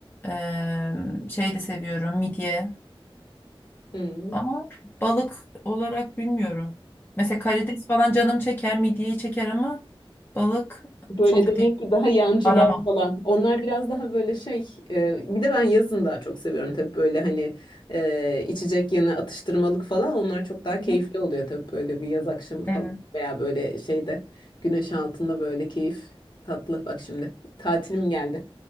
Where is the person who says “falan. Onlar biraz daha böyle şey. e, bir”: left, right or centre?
Left